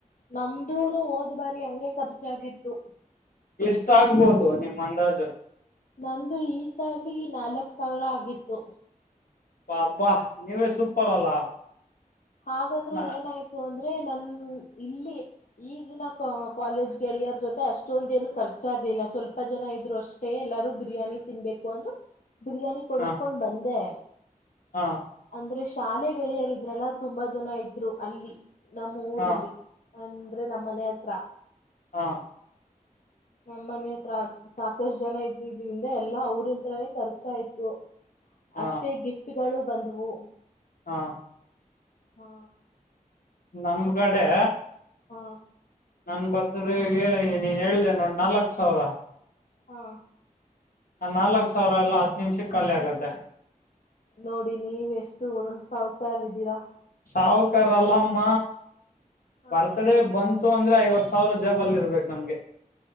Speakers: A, on the left (about 65°); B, on the left (about 90°).
A: ನಮ್ದೂನು ಹೋದ್ ಬಾರಿ ಹಂಗೆ ಖರ್ಚಾಗಿತ್ತು
B: ಎಷ್ಟ ಆಗ್ಬೋದು ನಿಮ್ಮ ಅಂದಾಜ
A: ನಂದು ಈ ಸಾರಿ ನಾಲ್ಕ ಸಾವಿರ ಆಗಿತ್ತು
B: ಅಬಾಬ್ಬಾ ನೀವೇ ಸೂಪರ್ ಅಲ್ಲ
A: ಹಾಗಂದ್ರೆ
B: ಹ
A: ಏನಾಯ್ತು ಅಂದ್ರೆ ನ ಇಲ್ಲಿ ಈಗಿನ ಕಾಲೇಜ್ ಗೆಳೆಯರ್ ಜೊತೆ ಅಷ್ಟೊಂದ ಏನು ಖರ್ಚಾಗ ಇಲ್ಲ ಸ್ವಲ್ಪ ಜನ ಇದ್ರು ಅಷ್ಟೇ ಎಲ್ಲಾರೂ ಬಿರಿಯಾನಿ ತಿನ್ಬೇಕು ಅಂದ್ರೆ ಬಿರಿಯಾನಿ ಕೊಡಸ್ಕೊಂಡ್
B: ಹಾ
A: ಬಂದೆ
B: ಹಾ
A: ಅಂದ್ರೆ ಶಾಲೆ ಗೆಳಿಯರ ಇದ್ರಲ್ಲ ತುಂಬಾ ಜನ ಇದ್ರು ಅಲ್ಲಿ ನಮ್ಮ ಊರಲ್ಲಿ
B: ಹಾ
A: ಅಂದ್ರೆ ನಮ್ಮ ಮನೆ ಹತ್ರ
B: ಹಾ
A: ನಮ್ಮ ಮನೆ ಹತ್ರ ಸಾಕಷ್ಟು ಜನ ಇದ್ದ ಇದ್ರಿಂದ ಎಲ್ಲಾ ಅವ್ರತ್ರಾನೇ ಖರ್ಚ ಆಯ್ತು
B: ಹಾ
A: ಅಷ್ಟೇ ಗಿಫ್ಟ್ ಗಳು ಬಂದವು
B: ಹಾ
A: ಹಾ
B: ನಮ್ ಕಡೆ
A: ಹಾ
B: ನನ್ ಬರ್ತಡಗೆ ನೀನ್ ಹೇಳಿದೆ ನೋಡ್ ನಾಲ್ಕ್ ಸಾವಿರ
A: ಹಾ
B: ನಾಲ್ಕ್ ಸಾವಿರ ಎಲ್ಲ ಹತ್ತು ನಿಮಿಷಕ್ಕೆ ಖಾಲಿ ಆಗತ್ತೆ
A: ನೋಡಿ ನೀವೆ ಎಷ್ಟು ಸಾಹಕಾರಿದೀರಾ
B: ಸಾವ್ಕರಲ್ಲಮ್ಮ
A: ಹ
B: ಬರ್ತ್ಡೇ ಬಂತ ಬಂತ್ ಅಂದ್ರೆ ಐವತ್ ಸಾವಿರ ಜಬ ಅಲ್ಲಿ ಇರ್ಬೇಕು ನಮ್ಗೆ